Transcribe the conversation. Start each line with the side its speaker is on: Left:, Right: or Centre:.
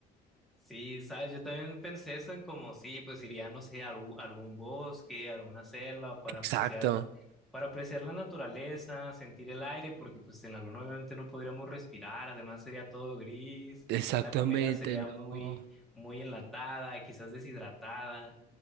Centre: Sí, sabes, yo también pensé eso en como, sí, pues iría, no sé, a algú- algún bosque, alguna selva para
Right: Exacto,
Centre: apreciar, para apreciar la naturaleza, sentir el aire, porque pues en la luna obviamente no podríamos respirar, además sería todo gris,
Right: exactamente,
Centre: la comida sería
Right: no.
Centre: muy, muy enlatada, quizás deshidratada.